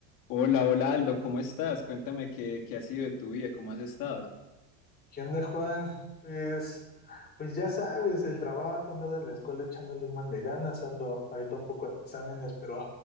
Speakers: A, on the left; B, on the left.
A: Hola, hola Aldo, ¿cómo estás? Cuéntame qué, qué ha sido de tu vida, cómo has estado.
B: ¿Qué onda, Juan? Pues, pues ya sabes, el trabajo, andado en la escuela echándole un buen de ganas, ando ahorita un poco en exámenes, pero,